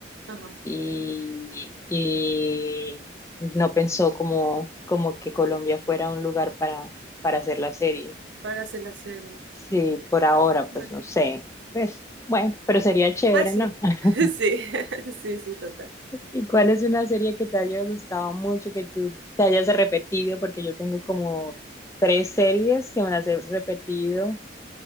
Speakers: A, on the right (about 80°); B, on the left (about 15°).
A: ajá.
B: y, y no pensó como, como que Colombia fuera un lugar para, para hacer la serie.
A: Para hacer la serie.
B: Sí,
A: Mm,
B: por ahora, pues
A: Bueno,
B: no sé. Pues bueno, pero sería chévere,
A: pues sí.
B: ¿no? <laughs>
A: <laughs> Sí, <laughs> sí, sí, total.
B: ¿Y cuál es una serie que te haya gustado mucho, que tú te hayas repetido? Porque yo tengo como tres series que me las he repetido